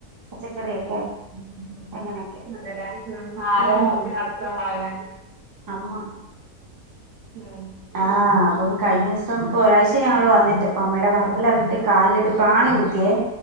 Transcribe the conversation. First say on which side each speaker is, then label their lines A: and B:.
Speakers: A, on the right (about 25°); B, on the right (about 60°).
A: പച്ചക്കറിയെക്കെ അങ്ങനെയെക്കെ
B: അതെല്ലേ ഉം ആരാ
A: ഉം.
B: നോക്കി നടത്താ ഇങ്ങളെന്നെ
A: അമ്മ
B: ഉം
A: ആഹ് അപ്പം കഴിഞ്ഞ ദിവസം ഇപ്പോ ഒരാഴ്ച്ചായി ഞങ്ങൾ വന്നിട്ട് അപ്പോം അമ്മയുടെ പറമ്പിൽ ഇറങ്ങിയിട്ട് കാലിലൊരു പ്രാണി കുത്തിയേ